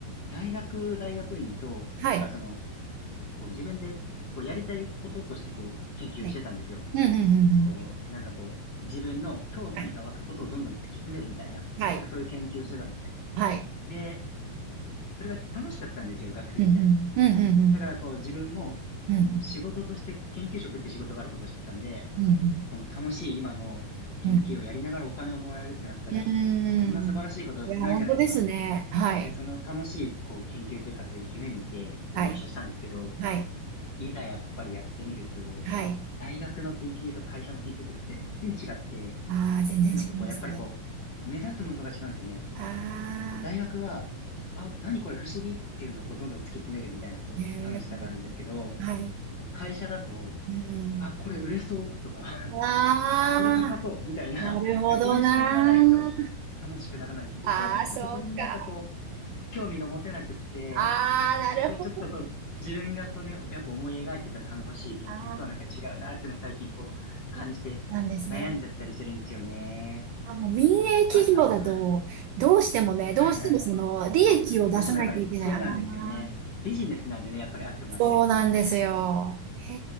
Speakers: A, on the left; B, on the right.
A: 大学、大学院と、
B: はい。
A: だからその、こう、自分で、こう、やりたいこととして、こう、研究をしてたんですよ。
B: はいうん、うん、うん、うん。
A: こう、なんかこう、自分の興味が湧くことをどんどん突き詰めるみたいな、
B: はい。はい。
A: なんかそういう研究をしてたんですね。
B: はい。
A: で、それが楽しかったんですよ、学生時代。
B: うん、うん、うん、うん、うん。
A: だからこう、自分も、
B: うん、
A: その仕事として研究職っていう仕事があることをしてたんで、
B: うん、
A: そのこの楽しい今の研究をやりながらお金をもらえるってなったら、
B: うん。うん。うーんいや、
A: そんな素晴らしいことはないじゃないですか。
B: 本当ですね。はい。
A: で、その楽しいこう研究生活を夢見てこう入社したんですけど、
B: はい。はい。
A: いざやっぱりやってみると、
B: はい。
A: 大学の研究と会社の研究って全然違って、
B: ああ、全然違いますね。
A: ていうのが、こう、やっぱりこう、目指すものが違うんですよね。
B: あ
A: こう、大学は、あ、何これ不思議っていうのをこう、どんどん突き詰めるみたいな、こう、
B: あ、へえ。
A: 楽しさがあるんですけど、
B: はい。
A: 会社だと、
B: うん。
A: あ、これ売れそうとか <laughs>
B: ああ、
A: あ、これ高そうみたいな、
B: なるほどな。
A: <laughs> そういう視点がないと楽しくならないんですよ。僕はちょっとそこになんかこう、
B: ああ、そうか。
A: 興味が持てなくって、
B: ああ、なるほど。
A: こう、ちょっとこう、自分がこれ、やっぱ思い描いてた楽しい研究とはなんか違うなっていうのを最近こう、
B: あ
A: 感じて悩んじゃったりしてるんですよね。
B: あ、なんですね。あ、もう民営企業だと、
A: えあ、あ、はい。
B: どうしてもね、どうしてもその、
A: はいはいはい。
B: 利益を出さなきゃいけない。
A: そう。どうしてもやっぱりそうなんですよね。
B: ああ、
A: ビジネスなんでね、やっぱりあくまで。
B: そうなんですよ。へ